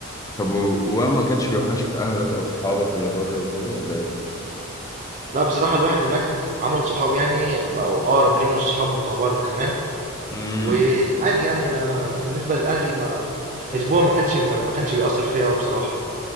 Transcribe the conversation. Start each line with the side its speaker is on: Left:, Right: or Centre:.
Left: طب و- وما كانش بيوحشك اهلك او صحابك اللي بره وكده ولا ايه؟
Right: لأ بصراحة الواحد هناك عمل صحاب يعني بقوا أقرب ليه من الصحاب بتوع برّه كمان،
Left: امم
Right: وعادي يعني أنا بالنسبة لأهلي ما أسبوع ما كانش ما ما كانش بيأثّر فيّا أوي بصراحة.